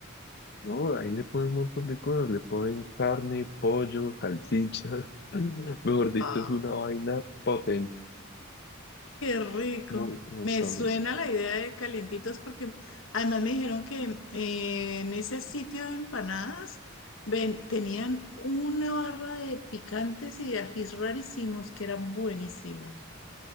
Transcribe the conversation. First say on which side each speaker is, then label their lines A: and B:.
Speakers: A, on the left; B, on the left.
A: No, ahí le ponen un montón de cosas, le ponen carne, pollo, salchicha, <laughs> mejor dicho,
B: Ah.
A: es una vaina potente,
B: Qué rico.
A: muy, muy
B: Me
A: sabrosa.
B: suena la idea de calientitos porque además me dijeron que eh, en ese sitio de empanadas ven- tenían una barra de picantes y de ajís rarísimos que eran buenísimos.